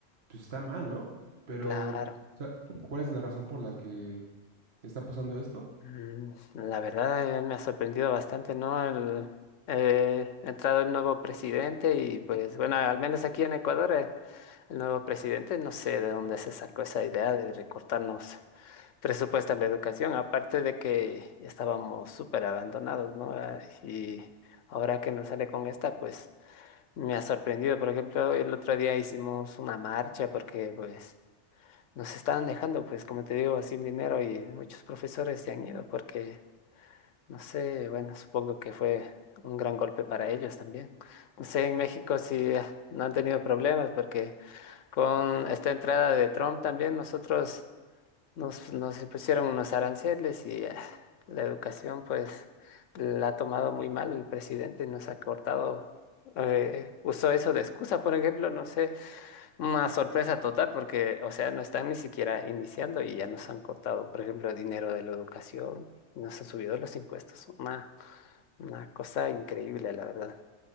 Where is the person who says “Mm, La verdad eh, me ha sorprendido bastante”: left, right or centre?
Left